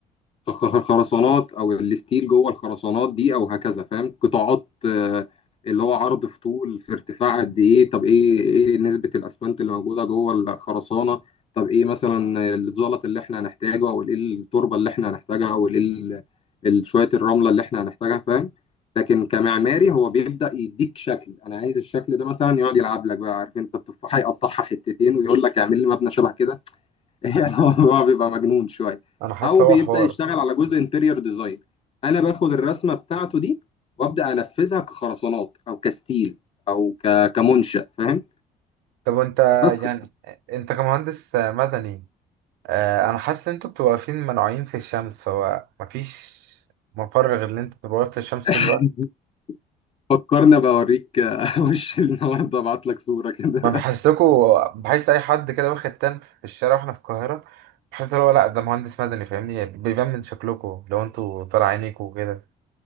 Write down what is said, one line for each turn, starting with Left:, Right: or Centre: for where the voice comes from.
Left: خ- خرسانات او الستيل جوه الخرسانات دي او هكذا فاهم قطاعات آه، اللي هو عرض في طول في ارتفاع قد ايه طب ايه ايه نسبة الاسمنت اللي موجودة جوه الخرسانة طب ايه مثلا الزلط اللي احنا هنحتاجه او ايه التربة اللي احنا هنحتاجها او ايه ال- ال- شوية الرملة اللي احنا هنحتاجها فاهم لكن كمعماري هو بيبدا يديك شكل انا عايز الشكل ده مثلا يقعد يلعب لك بقى عارف انت التفاحه يقطعها حتتين ويقول لك اعمل لي مبنى شبه كده <laughs> يعني هو بيبقى مجنون شويه
Right: انا حاسس
Left: او
Right: لو
Left: بيبدا
Right: هو حوار
Left: يشتغل على جزء انتيريور ديزاين انا باخد الرسمه بتاعته دي وابدا انفذها كخرسانات او كستيل او ك... كمنشا فاهم
Right: طب وانت
Left: بس
Right: يعني انت كمهندس مدني اه، انا حاسس ان انتوا بتبقوا واقفين منوعين في الشمس فهو مفيش مفر غير ان انت تبقى واقف في الشمس طول
Left: <laughs>
Right: الوقت
Left: فكرنا بوريك <laughs> وش النهارده ابعت لك صوره كده
Right: ما بحسكوا بحس اي حد كده واخد تن في الشارع واحنا في القاهرة بحس ان هو لا ده مهندس مدني فاهمني بيبان من شكلكوا لو انتوا طالع عينيكوا وكده